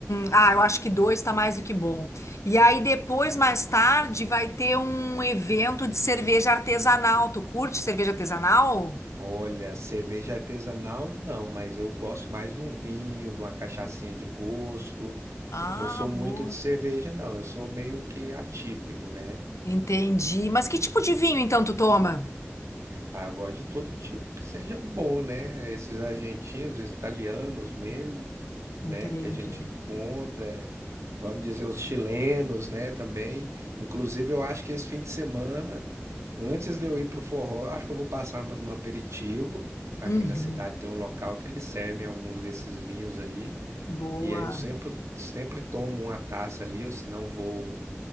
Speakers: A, on the left; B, on the right.
A: ah, eu acho que dois tá mais do que bom. E aí depois, mais tarde, vai ter um evento de cerveja artesanal. Tu curte cerveja artesanal?
B: olha, cerveja artesanal não, mas eu gosto mais de um vinho, de uma cachaçinha de gosto.
A: Ah,
B: Não sou muito
A: boa.
B: de cerveja, não. Eu sou meio que atípico, né?
A: Entendi. Mas que tipo de vinho então tu toma?
B: Ah, eu gosto de todo tipo que seja bom, né? Esses argentinos, italianos mesmo, né?
A: Entendi.
B: Que a gente encontra, vamos dizer, os chilenos, né? Também. Inclusive, eu acho que esse fim de semana, antes de eu ir pro forró, eu acho que eu vou passar no no aperitivo. Aqui
A: Uhum.
B: na cidade tem um local que eles servem alguns desses vinhos aí.
A: Boa.
B: E aí eu sempre, sempre tomo uma taça ali, ou se não vou,